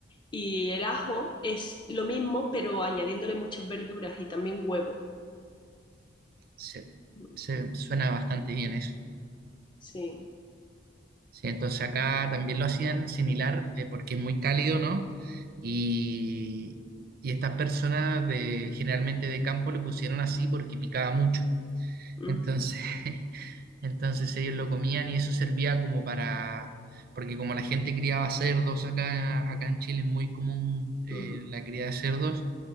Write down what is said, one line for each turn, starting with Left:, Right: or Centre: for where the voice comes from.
Left: y el ajo es lo mismo, pero añadiéndole muchas verduras y también huevo.
Right: Se,
Left: Mm,
Right: se- suena bastante bien eso.
Left: Sí.
Right: Sí, entonces acá también lo hacían similar eh, porque es muy cálido, ¿no? Y, y estas personas de, generalmente de campo le pusieron así porque picaba mucho.
Left: Mm,
Right: Entonces... <laughs> Entonces ellos lo comían y eso servía como para, porque como la gente criaba cerdos acá, acá en Chile es muy común eh,
Left: mm,
Right: la cría de cerdos